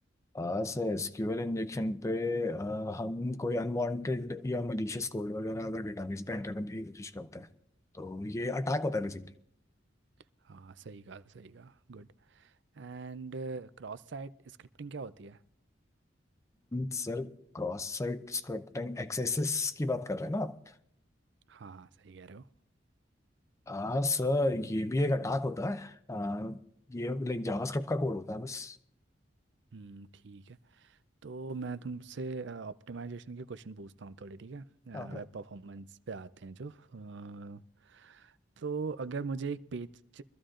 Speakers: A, on the left; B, on the right.
A: आ, सर एसक्यूएल इंजेक्शन पे अ, हम कोई अनवांटेड या मलिशियस कोड वगैरह अगर डेटाबेस पे एंटर करने की कोशिश करते हैं तो ये अटैक होता है basically
B: हाँ सही कहा सही कहा good And cross site scripting क्या होती है
A: Sir cross site scripting access की बात कर रहे हैं ना आप
B: हाँ हाँ सही कह रहे हो
A: हाँ सर ये भी एक अटैक होता है आ, ये लाइक जावास्क्रिप्ट का कोड होता है बस
B: हम्म ठीक है तो मैं तुमसे ऑप्टिमाइजेशन के क्वेश्चन पूछता हूँ थोड़े ठीक है
A: ओके।
B: वेब परफॉर्मेंस पे आते हैं जो अ, तो अगर मुझे एक पेज